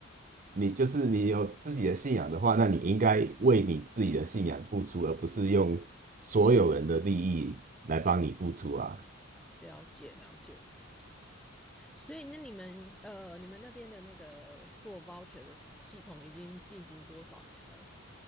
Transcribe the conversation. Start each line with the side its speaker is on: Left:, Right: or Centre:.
Right: 你就是你有自己的信仰的话，那你应该为你自己的信仰付出，而不是用所有人的利益来帮你付出啊。
Centre: 了解了解。所以那你们呃，你们那边的那个 school voucher 的系系统已经进行多少年了？